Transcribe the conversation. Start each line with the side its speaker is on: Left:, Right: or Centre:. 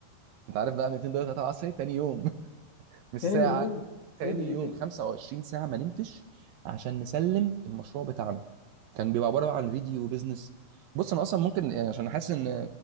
Right: انت عارف بقى من 2 دقيقة 3 العصر إيه؟ تاني يوم <laughs> مش
Left: تاني
Right: ساعه
Left: يوم
Right: تاني
Left: ايه ده ايه
Right: يوم
Left: ده ايه ده
Right: 25 ساعه ما نمتش عشان نسلم المشروع بتاعنا كان بيبقى عباره بقى عن فيديو بيزنس بص انا اصلا ممكن يعني عشان حاسس ان